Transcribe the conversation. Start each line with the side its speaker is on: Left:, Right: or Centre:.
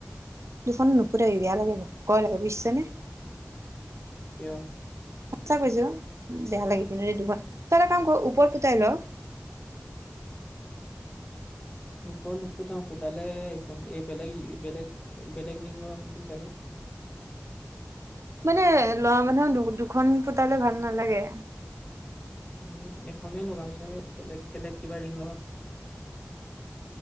Right: দুখনত নুফুতাবি বেয়া লাগে কয় লাগে বুজিছ নে
Left: কিয়?
Right: সঁচা কৈছো ও বেয়া লাগে কিনি দুখ তই এটা কাম কৰ ওপৰত ফুটাই ল
Left: ওপৰত নুফুটাওঁ ফুটালে এইখন এই বেলেগ বেলেগ বেলেগ ৰিং লগাম নেকি চাগে।
Right: মানে লৰা মানুহক দু দুখন ফুতালে ভাল নালাগে।
Left: উম এখনে লগাম ছাগে বেলেগ বেলেগ কিবা ৰিং লগাম